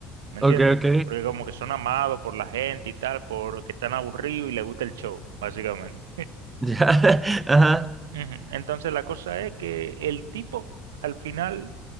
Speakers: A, on the right; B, on the right.
A: ¿me entiendes?
B: ok, ok.
A: Porque como que son amados por la gente y tal, porque están aburridos y les gusta el show, básicamente.
B: Ya, <laughs> ajá,
A: Ujú. Entonces la cosa es que el tipo al final,